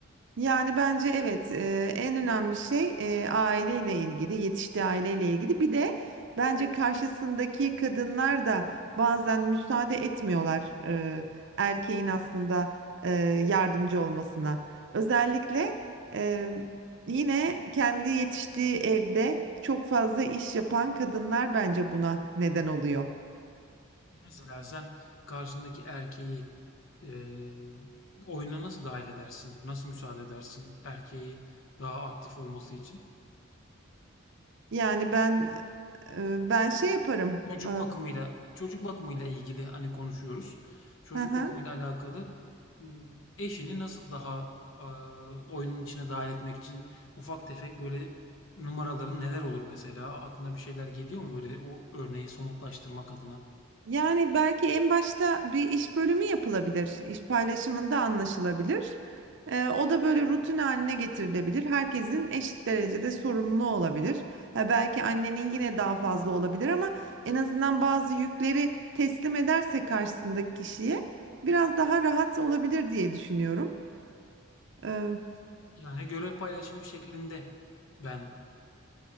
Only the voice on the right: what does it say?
Yani bence evet e, en önemli şey e, aileyle ilgili, yetiştiği aileyle ilgili. Bir de bence karşısındaki kadınlar da bazen müsaade etmiyorlar e, erkeğin aslında e, yardımcı olmasına. Özellikle e, yine kendi yetiştiği evde çok fazla iş yapan kadınlar bence buna neden oluyor.
Yani ben e, ben şey yaparım.
E,
hı hı.
Yani belki en başta bir iş bölümü yapılabilir, iş paylaşımında anlaşılabilir. Ee, o da böyle rutin haline getirilebilir. Herkesin eşit derecede sorumlu olabilir. Ha, belki annenin yine daha fazla olabilir ama en azından bazı yükleri teslim ederse karşısındaki kişiye biraz daha rahat olabilir diye düşünüyorum. Ee,